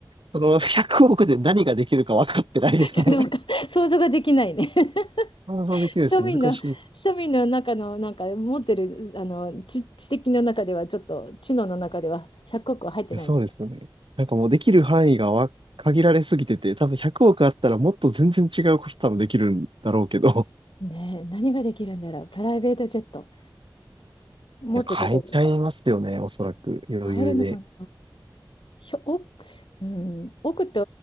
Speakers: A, on the right; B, on the left.
A: その100億で何ができるか分かってないですね。
B: ちょっとなんか想像ができないね。
A: <laughs>
B: <laughs>
A: 想像できるです。
B: 庶民の、
A: 難しいです。
B: 庶民の中の、なんか持ってる、あの、知、知的の中では、ちょっと知能の中では100億は入ってない。
A: いや、そうですよね。なんかもうできる範囲がわ限られすぎてて、多分100億あったらもっと全然違うこと多分できるんだろうけど、
B: ねえ、何ができるんだろう。プライベートジェット。
A: <laughs>
B: 持ってどこ行くんだ。
A: いや、変えちゃいますよね、おそらく余裕で。
B: 買えるのかな。ひょ、多く、うん、多くって